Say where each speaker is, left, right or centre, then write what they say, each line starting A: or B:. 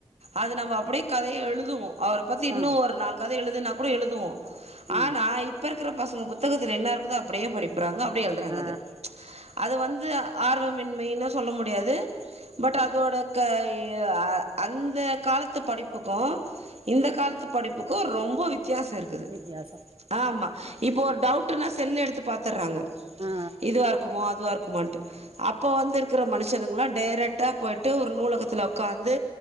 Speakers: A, on the right; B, on the right.
A: அது நம்ம அப்டியே கதைய எழுதுவோ அவர பத்தி இன்னு
B: ஆ
A: ஒரு நாழு கத எழுதுன்னா கூட எழுதுவோ
B: ம்
A: ஆனா இப் ப்ப இருக்கிற பசங்க புத்தகத்துல என்ன இருக்குதோ அப்படியே படிப்புறாங்க அப்படியே எழுதுறாங்க
B: ஆ
A: அத அது வந்து ஆர்வமின்மைன்னு சொல்ல முடியாது பட் அதோட க அ அந்த காலத்து படிப்புக்கூ இந்த காலத்து படிப்புக்கூ ரொம்ப வித்தியாசொ இருக் குது
B: வித்தியாசோ
A: ஆமா இப்போ ஒரு டவுட்டுனா செல்ல எடுத்து பாத்துர்றாங்க
B: ஆ
A: இதுவாருக்குமோ அதுவாருக்குமாண்ட்டு அப்ப வந்து இருக்கற மனுஷனுங்கலா டேரெட்டா போய்ட்டு ஒரு நூலகத்துல உக்காந்து